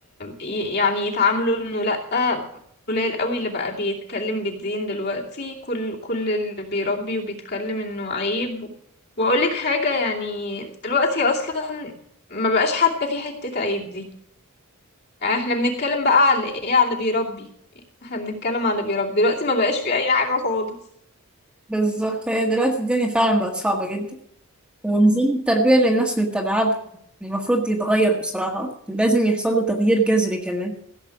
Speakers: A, on the left; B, in the centre.
A: ي- يعني يتعاملوا انه لأ قليل قوي اللي بقى بيتكلم بالدين دلوقتي كل كل اللي بيربي وبيتكلم انه عيب واقولك حاجة يعني دلوقتي اصلا ما بقاش حتى في حتة عيب دي يعني احنا بنتكلم بقى على ايه على اللي بيربي احنا بنتكلم على اللي بيربي دلوقتي ما بقاش في اي حاجة خالص
B: بالظبط هي دلوقتي الدنيا فعلا بقت صعبة جدا ونظام التربية اللي الناس متبعاه ب- المفروض يتغير بصراحة لازم يحصل له تغيير جذري كمان